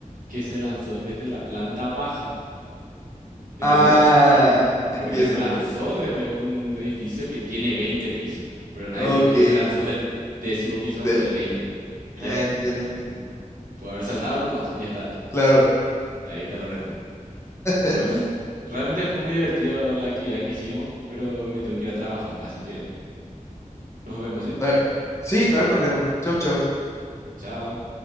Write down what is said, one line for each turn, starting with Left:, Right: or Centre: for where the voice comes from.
Right: que se lanzó desde la planta baja, ¿entendés?
Left: Ah, entiendo.
Right: Porque se lanzó desde un edificio que tiene 20 pisos, pero nadie
Left: Ok.
Right: te dijo que se lanzó del décimo piso
Left: Del-
Right: o del 20, ¿pillas?
Left: ah, entiendo, entiendo.
Right: Puede haber saltado nomás y ya está,
Left: Claro.
Right: ahí está la respuesta. Bueno,
Left: <gasps>
Right: realmente fue muy divertido la actividad que hicimos, pero me tengo que ir a trabajar, así que nos vemos, ¿sí?
Left: No hay- Sí, no hay problema. Chau, chau.
Right: Chao.